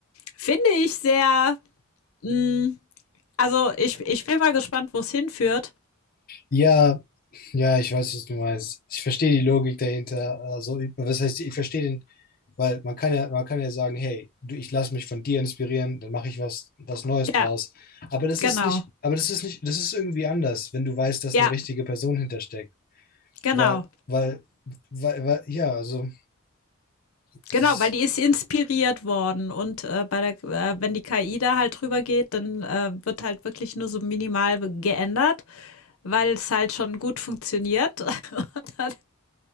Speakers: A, on the left; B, on the left.
A: finde ich sehr, mh, also ich, ich bin mal gespannt, wo es hinführt.
B: ja, ja, ich weiß, was du meinst. Ich verstehe die Logik dahinter. Also, ich- was heißt, ich verstehe den Weil man kann ja, man kann ja sagen, hey, du, ich lasse mich von dir inspirieren, dann mache ich was, was Neues draus.
A: Ja,
B: Aber das
A: genau.
B: ist nicht, aber das ist nicht, das ist irgendwie anders, wenn du weißt, dass
A: Ja,
B: eine richtige Person hintersteckt.
A: genau.
B: Weil, weil, weil, weil ja, also es
A: Genau,
B: ist,
A: weil die ist inspiriert worden und, äh, bei der äh, wenn die KI da halt drüber geht, dann, äh, wird halt wirklich nur so minimal geändert, weil es halt schon gut funktioniert. <laughs> Und dann